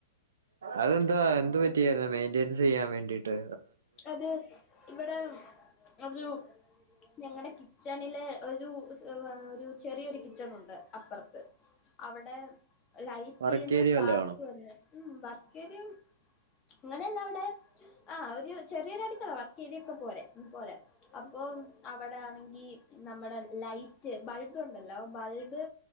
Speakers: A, on the right; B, on the left.
A: അതെന്താ എന്ത് പറ്റിയായിരുന്നു മെയിന്റനൻസ് ചെയ്യാൻ വേണ്ടീട്ട്
B: അത് ഇവിടെ ഒരു ഞങ്ങളടെ കിച്ചണിലെ ഒരു ഒരു ചെറിയൊരു കിച്ചണുണ്ട് അപ്പുറത്ത് അവിടെ ലൈറ്റിന്ന്
A: വർക്ക് ഏരിയ
B: സ്പാർക്ക്
A: വല്ലോം ആണോ
B: വന്ന് ഉം വർക്കേരിയും ഇങ്ങനല്ല അവിടെ ആ ഒരു ചെറിയൊരു അടിക്കള വർക്കേരിയൊക്കെ പോരെ പോലെ അപ്പോ അവിടെ ആണെങ്കി നമ്മടെ ലൈറ്റ് ബൾബിണ്ടല്ലോ ബൾബ്